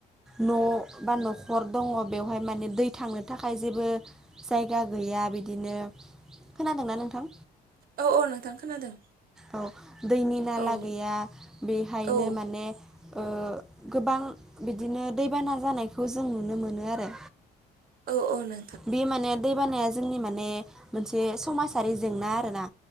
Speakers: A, in the centre; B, on the right.
A: न' बा नख'र दङ बेवहाय माने दै थांनो थाखाय जेबो जायगा गैया बिदिनो खोनादोंना नोंथां
B: औ औ नोंथां खोनादों।
A: औ दैनि नाला
B: औ
A: गैया बेहायनो
B: औ
A: माने ओ गोबां बिदिनो दैबाना जानायखौ जों नुनो मोनो आरो
B: औ औ नों
A: बे माने दैबानाया जोंनि माने मोनसे समाजारि जेंना आरो ना